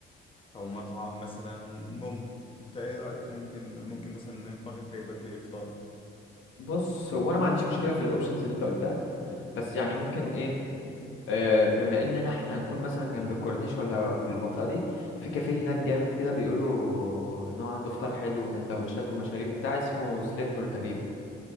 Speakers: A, on the left; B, on the left.
A: أو مطعم مثلا ممكن أنت إيه رأيك ممكن ممكن مثلا دماغك جايبك لإيه فطار؟
B: بص هو انا ما عنديش مشكلة في الاوبشنز اللي انت قلتها بس يعني ممكن ايه آه، بما اننا احنا نكون مثلا جنب الكورنيش ولا في المنطقة دي في كافيه هناك جامد كده بيقولوا ان هو عنده فطار حلو وسندوتشات ومشاريب وبتاع اسمه سلينتور تقريبا